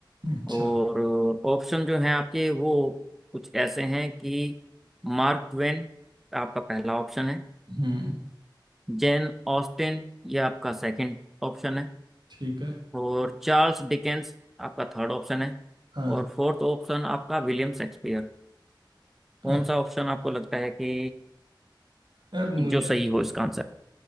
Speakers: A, on the right; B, in the centre.
A: अच्छा
B: और ऑप्शन जो हैं आपके वो कुछ ऐसे हैं कि मार्क ट्वेन आपका पहला ऑप्शन है
A: हम्म
B: जेन ऑस्टिन ये आपका सेकंड ऑप्शन है
A: ठीक है
B: और चार्ल्स डिकेंस आपका थर्ड ऑप्शन है
A: हाँ
B: और फोर्थ ऑप्शन आपका विलियम शेक्सपियर
A: अ-
B: कौन सा ऑप्शन आपको लगता है कि
A: यार मुझे
B: जो सही हो इसका आंसर